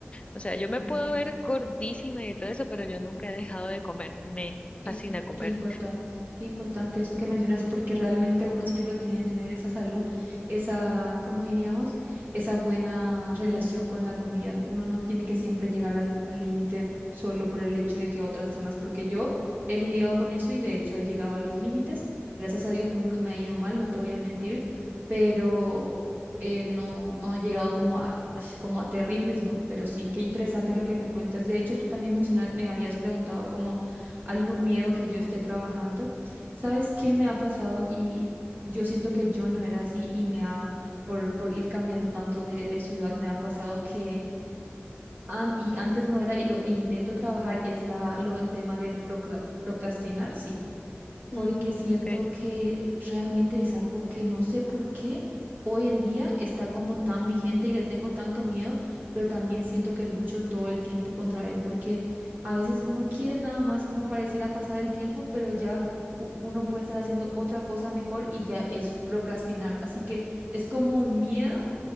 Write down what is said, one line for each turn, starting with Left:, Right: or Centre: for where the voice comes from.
Left: O sea, yo me puedo
Right: Ok,
Left: ver gordísima y todo eso, pero yo nunca he dejado de comer. Me
Right: Es
Left: fascina comer.
Right: qué importante, qué importante eso que mencionas, porque realmente uno siempre tiene que tener esa salud, esa, ¿cómo diríamos? Esa buena relación con la comida. Uno no tiene que siempre llegar al al límite solo por el hecho de que otras personas, porque yo he lidiado con eso y de hecho he llegado a los límites. Gracias a Dios nunca me ha ido mal, no te voy a mentir, pero eh, no, no he llegado como a, <sighs> como a terribles, no, pero sí, qué interesante lo que me cuentas. De hecho, tú también mencionas, me habías preguntado como algún miedo que yo esté trabajando. ¿Sabes qué me ha pasado? Y yo siento que yo no era así y me ha, por, por ir cambiando tanto de, de ciudad, me ha pasado que, an- y antes no era, y lo e intento trabajar, es la, lo del tema de procra- procrastinar, sí
Left: Mm,
Right: porque siento
Left: ok.
Right: que realmente es algo que no sé por qué hoy en día está como tan vigente y le tengo tanto miedo, pero también siento que lucho todo el tiempo contra él, porque a veces uno quiere nada más como pareciera pasar el tiempo, pero ya u- uno puede estar haciendo otra cosa mejor y ya es procrastinar. Así que es como un miedo